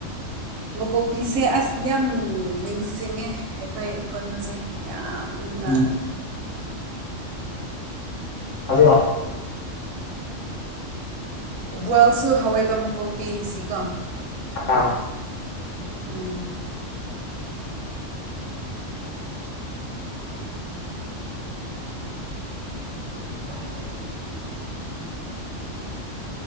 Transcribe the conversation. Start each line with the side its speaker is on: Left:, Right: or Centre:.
Right: ꯃꯀꯣꯛꯄꯤꯁꯦ ꯑꯁ ꯌꯥꯝ ꯅꯤꯡꯁꯤꯡꯉꯦ ꯑꯩꯈꯣꯏ ꯈꯨꯟꯁꯦ ꯌꯥꯝꯅ
Left: ꯎꯝ ꯑꯗꯨ
Right: ꯕꯣꯏꯜꯁꯨ ꯍꯥꯎꯋꯏꯕ ꯃꯀꯣꯛ ꯄꯤꯁꯤ ꯀꯣ
Left: ꯑꯥ
Right: ꯎꯝ ꯌ